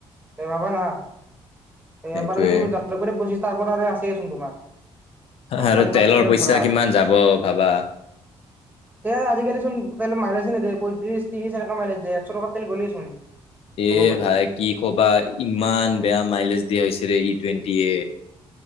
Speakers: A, on the right; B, on the left.
A: এই বাবা না সয়াৰ
B: সেইটোয়ে
A: পৰা যদি মোৰ জালকব পঁচিছ তাৰ পৰা আৰু আছেচোন তোমাৰ।
B: আৰু
A: চাৰি পাঁচ
B: তেলৰ
A: কিলোমিটাৰ
B: পইচা
A: ধৰা
B: কিমান যাব ভাবা?
A: তে আজিকালি চোন তেলে মাল আছে নে দে। পঁত্ৰিশ ত্ৰিছ এনেকা মে একশ টকা তেল গ'লে চোন। ক'ব
B: এ
A: গ'লে
B: ভাই কি কবা। ইমান বেয়া মাইলেজ দিয়া হৈছিল ই টুৱেণ্টিে।